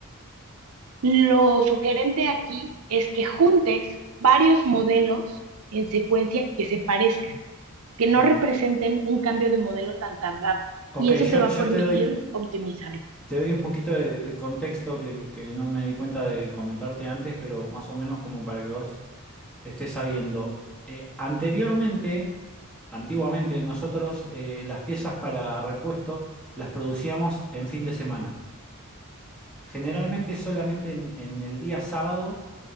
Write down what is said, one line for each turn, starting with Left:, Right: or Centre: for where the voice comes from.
Right: lo sugerente aquí es que juntes varios modelos en secuencia que se parezcan, que no
Centre: O-
Right: representen un cambio de modelo tan tardado.
Centre: ok,
Right: Y eso
Centre: yo,
Right: te va
Centre: yo
Right: a permitir
Centre: te doy...
Right: optimizarlo.
Centre: Te doy un poquito de, de contexto que, que no me di cuenta de comentarte antes, pero más o menos como para que vos estés sabiendo. Eh, anteriormente, antiguamente, nosotros eh, las piezas para repuesto las producíamos en fin de semana. Generalmente solamente en, en el día sábado,